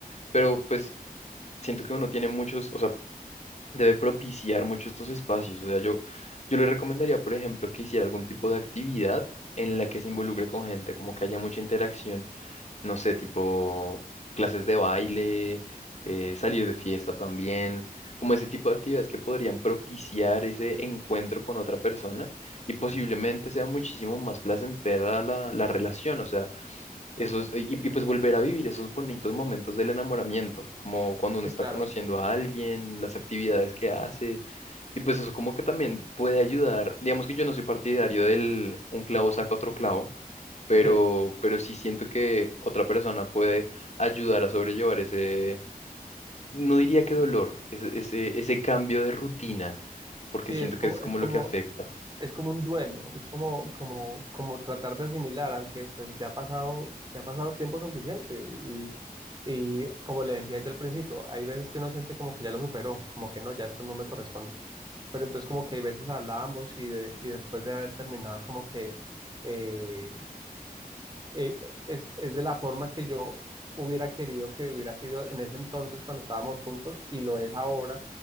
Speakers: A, on the left; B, on the right.
A: pero pues siento que uno tiene muchos, o sea, debe propiciar mucho estos espacios. O sea, yo, yo le recomendaría, por ejemplo, que hiciera algún tipo de actividad en la que se involucre con gente, como que haya mucha interacción, no sé, tipo clases de baile, eh, salir de fiesta también, como ese tipo de actividades que podrían propiciar ese encuentro con otra persona y posiblemente sea muchísimo más placentera la, la relación. O sea, esos, y, y pues volver a vivir esos bonitos momentos del enamoramiento, como cuando uno
B: Sí,
A: está
B: claro,
A: conociendo a alguien, las actividades que hace, y pues eso como que también puede ayudar. Digamos que yo no soy partidario del un clavo saca otro clavo, pero,
B: sí,
A: pero sí siento que otra persona puede ayudar a sobrellevar ese, no diría que dolor, ese, ese, ese cambio de rutina, porque
B: sí,
A: siento
B: es como,
A: que es como
B: es como,
A: lo que afecta.
B: es como un duelo, es como, como, como tratar de asimilar, aunque pues ya ha pasado, ya ha pasado tiempo suficiente y, y como le decía yo al principio, hay veces que uno siente como que ya lo superó, como que no, ya esto no me corresponde, pero entonces como que hay veces hablábamos y, de, y después de haber terminado como que eh, eh, es, es de la forma que yo hubiera querido que hubiera sido en ese entonces cuando estábamos juntos y lo es ahora.